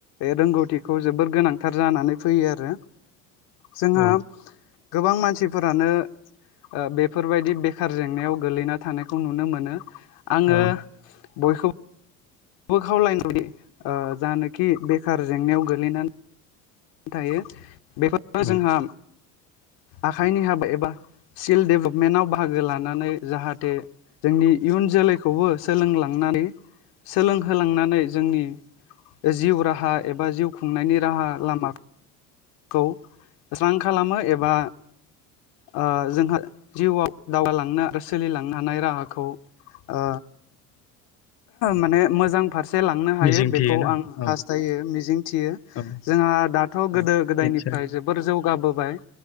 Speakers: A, on the left; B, on the left.
A: रोंगौ खौ जोबोर गोनांथार जानानै फैयो आरो जोंहा
B: औ
A: गोबां मानसिफोरानो ओ बेफोरबायदि बेखार जेंनायाव गोलैना थानायखौ नुनो मोनो
B: औ
A: आङो बयखौ बो खावलायोदि ओ जानोखि बेखार जेंनायाव गोग्लैनानै थायो बेफोर
B: उम,
A: जोंहा आखाइनि हाबा एबा स्किल डेभेलपमेन्टआव बाहागो लानानै जाहाथे जोंनि इयुन जोलैखौबो सोलोंलांनानै सोलोंहोलांनानै जोंनि जिउ राहा एबा जिउ खुंनायनि राहा लामा खौ स्रां खालामो एबा ओ जोंहा जिउआव दावगालांनो आरो सोलिलांनो हानाय राहाखौ ओ माने मोजां फार से लांनो हायो
B: मिजिं
A: बेखौ
B: थियोना
A: आं
B: औ
A: हास्थायो मिजिं थियो
B: औ
A: जोंहा दाथ'
B: औ
A: गोदो गोदनिफ्राय
B: निसय
A: जोबोर जौगाबोबाय